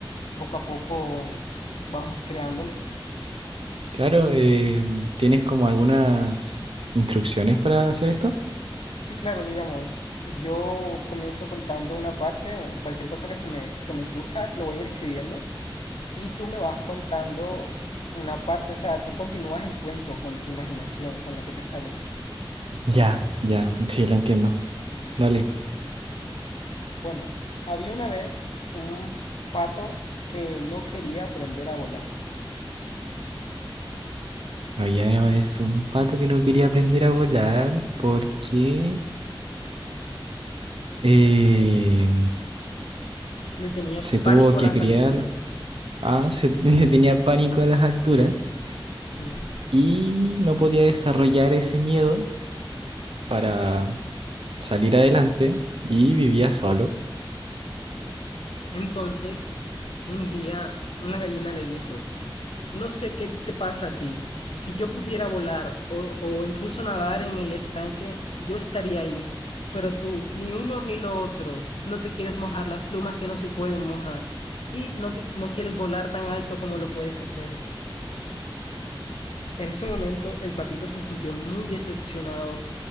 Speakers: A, on the left; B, on the right.
A: poco a poco vamos creándolo.
B: Claro, eh, ¿tienes como algunas instrucciones para hacer esto?
A: Sí, claro, digamos, yo comienzo contando una parte, cualquier cosa que se me, que me surja, lo voy a ir escribiendo y tú me vas contando una parte, o sea, tú continúas el cuento con tu imaginación, con lo que te salga.
B: Ya, ya, sí, lo entiendo. Dale.
A: Bueno, había una vez un pato que no quería aprender a volar.
B: Había una vez un pato que no quería aprender a volar porque eh,
A: Le tenía
B: se
A: pánico
B: tuvo que
A: a las
B: criar,
A: alturas.
B: ah, se, <laughs> le tenía pánico a las alturas
A: Sí.
B: y no podía desarrollar ese miedo para salir adelante y vivía solo
A: Entonces, un día una gallina le dijo, no sé qué te pasa a ti. Si yo pudiera volar o, o incluso nadar en el estanque, yo estaría ahí. Pero tú, ni uno ni lo otro, no te quieres mojar las plumas que no se pueden mojar y no, te, no quieres volar tan alto como lo puedes hacer. En ese momento el patito se sintió muy decepcionado